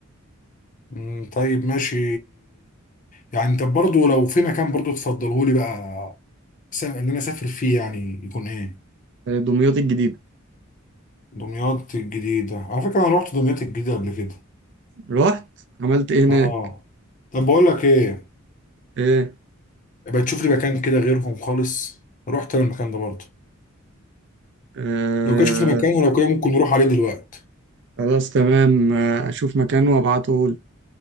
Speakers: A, on the left (about 40°); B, on the right (about 60°).
A: امم طيب ماشي يعني انت برضو لو في مكان برضو تفضله لي بقى س- ان انا اسافر فيه يعني يكون ايه
B: آه، دمياط الجديدة
A: دمياط الجديدة على فكرة انا رحت دمياط الجديدة قبل كده
B: رحت عملت ايه هناك
A: اه طب بقول لك ايه
B: ايه
A: يبقى تشوف لي مكان كده غيرهم خالص رحت انا المكان ده برضو
B: آه
A: لو كده شوف لي مكان ولو كده ممكن نروح عليه دلوقتي
B: خلاص تمام آه، اشوف مكان وابعته